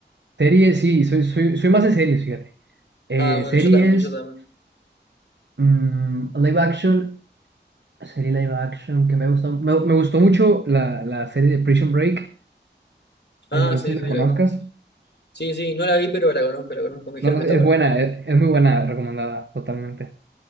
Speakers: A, on the right (about 70°); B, on the left (about 65°).
A: Series, sí, soy, soy, soy más de series, fíjate. Eh,
B: Ah, bueno,
A: series,
B: yo también, yo también.
A: mm, live action, serie live action que me gustó. Me, me gustó mucho la, la serie de Prison Break. Eh,
B: Ah,
A: no
B: sí,
A: sé si
B: sí,
A: la conozcas.
B: la conozco. Sí, sí, no la vi, pero la conozco, la conozco. Me dijeron
A: No, no,
B: que está
A: es
B: buena.
A: buena, es, es muy buena, recomendada totalmente.